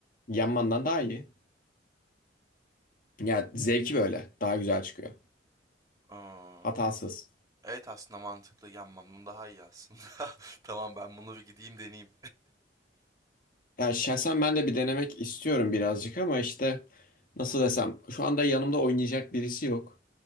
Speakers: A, on the left; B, on the right.
A: yanmandan daha iyi. Yani zevki böyle daha güzel çıkıyor.
B: Hmm.
A: Hatasız.
B: Evet aslında mantıklı. Yanmam bunun daha iyi aslında. <laughs> Tamam ben bunu bir gideyim deneyeyim.
A: Ya şahsen ben de bir denemek istiyorum birazcık ama işte nasıl desem şu anda yanımda oynayacak birisi yok.